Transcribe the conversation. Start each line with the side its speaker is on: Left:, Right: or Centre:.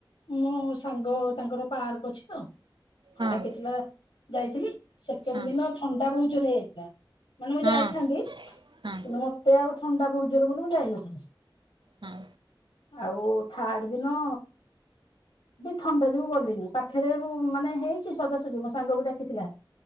Left: ମୋ ସାଙ୍ଗ ତାଙ୍କର ପାର୍କ ଅଛି ତ
Right: ହଁ
Left: ଡାକିଥିଲା ଯାଇଥିଲି ସେକେଣ୍ଡ
Right: ହଁ
Left: ଦିନ ଥଣ୍ଡା ବହୁଜୋରେ ହେଇଯାଇଥିଲା ମାନେ ମୁଁ
Right: ହଁ
Left: ଯାଇଥାନ୍ତି
Right: ହଁ
Left: କିନ୍ତୁ ମତେ ଆଉ ଥଣ୍ଡା ବହୁଜୋରେ ବୋଲି ମୁଁ ଯାଇନଥିଲି।
Right: ହଁ
Left: ଆଉ ଥାର୍ଡ ଦିନ ବି ଥଣ୍ଡା ଯୋଗୁ ଗଲିନି ପାଖରେ ମାନେ ହେଇଚି ସଜାସଜି ମୋ ସାଙ୍ଗକୁ ଡାକିଥିଲା।